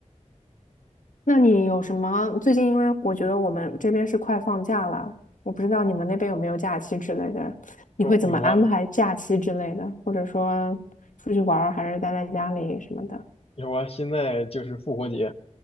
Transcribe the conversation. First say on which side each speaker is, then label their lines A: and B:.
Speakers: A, on the left; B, on the left.
A: 那你有什么？最近因为我觉得我们这边是快放假了，我不知道你们那边有没有假期之类的，你会怎么安排假期之类的，
B: 有有啊
A: 或者说出去玩儿还是待在家里什么的？
B: 有啊，现在就是复活节，